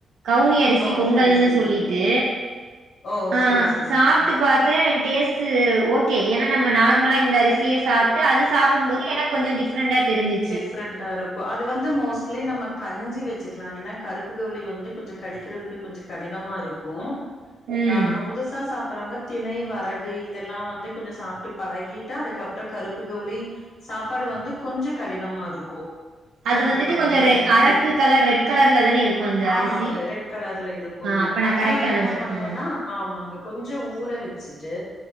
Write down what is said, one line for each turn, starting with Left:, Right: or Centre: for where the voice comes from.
Right: கவுனி அரிசி
Left: ஓ
Right: பொங்கல்னு
Left: சரி சரிங்க
Right: சொல்லிட்டு
Left: ஓ
Right: ஆ
Left: சரி சரிங்க
Right: சாப்ட்டு பாத்தே டேஸ்ட்டு ஓக்கே ஏன்னா நம்ம நார்மலா இந்த அரிசிய சாப் ட்டு அது சாப்டும் போது எனக்கு கொஞ்சு டிஃப்ரெண்டா தெரிஞ்சு
Left: டிஃப்ரன் ன்டா இருக்கு அது வந்து மோஸ்ட்லி நம்ம கஞ்சி வெச்சுக்கலா ஏன்னா கருப்பு கவுளி வந்து கொஞ்சு கடிக்கிறதுக்கு கொஞ்சு கடினமா இருக்கு
Right: ம்
Left: ஆ நம்ம புதுசா சாப் புறவங்க தினை வரகு இதெல்லா வந்து கொஞ்சு சாப்ட்டு பழகிட்டா அதுக்கப் அப்புறோ கருப்பு கவுளி சாப்பாடு வந்து கொஞ்சோ கடினமா இருக்கோ
Right: அது
Left: சாப்ட்டு
Right: வந்துட்டு
Left: பழகுற
Right: கொஞ்சோ ரெ
Left: வரைக்கி
Right: அரக்கு கலர் ரெட் கலர்ல தானே இருக்கு அந்த
Left: ஆமாங்க
Right: அரிசி
Left: ரெட் கலர்ல இருக்
Right: ஆ
Left: ங்க
Right: அப்ப நா
Left: அதனா
Right: கரெக்டா
Left: நம்ம
Right: தா
Left: என்ன
Right: சொன்னே
Left: பண்ணூனா ஆமாங்க கொஞ்சு ஊற வெச்சுட்டு